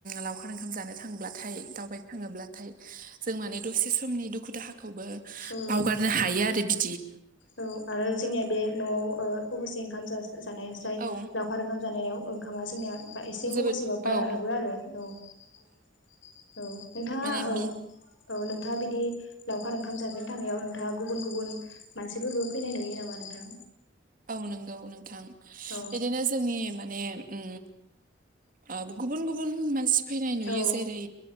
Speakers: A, on the right; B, on the left.
A: लावखार ओंखाम जानो थांब्लाथाय दावबायनो थाङोब्लाथाय जों माने दसे समनि दुखु - दाहाखौबो
B: औ
A: बावगारनो हायो आरो बि
B: औ आरो जोंनिया बे न'आव खबसे ओंखाम जासिग जानाय ज्राय
A: औ
B: लावखार ओंखाम जानायाव ओंखामा जोंनिया बा एसे
A: जोबोद
B: ख'बसेबा बारा
A: औ
B: हाबो आरो औ - औ नोंथाङा
A: माने
B: औ
A: बि
B: औ नोंथाङा बिदि लावखार ओंखाम जाफेरनो थांनायाव नोंथाङा गुबुन- गुबुन मानसिफोरबो फैनाय नुयो नामा नोंथां?
A: नोंगौ नोंथां
B: औ
A: बिदिनो जोंनि माने उ आ गुबुन - गुबुन मानसिफ फैनाय नुयो
B: औ
A: जेरै